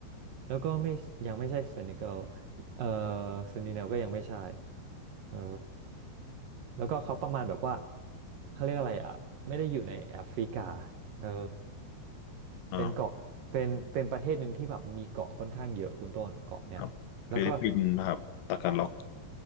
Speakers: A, on the right; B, on the left.
A: แล้วก็ไม่ยังไม่ใช่เซนิเกลเออเซนิเนลก็ยังไม่ใช่เออแล้วก็เขาประมาณแบบว่าเขาเรียกอะไรอ่ะไม่ได้อยู่ในแอฟริกาเออ
B: อ่าว
A: เป็นเกาะเป็นเป็นประเทศหนึ่งที่แบบมีเกาะค่อนข้างเยอะคุณต้นเกาะเนี่ยแล้วก็
B: ครับฟิลิปปินส์นะครับตากันล็อก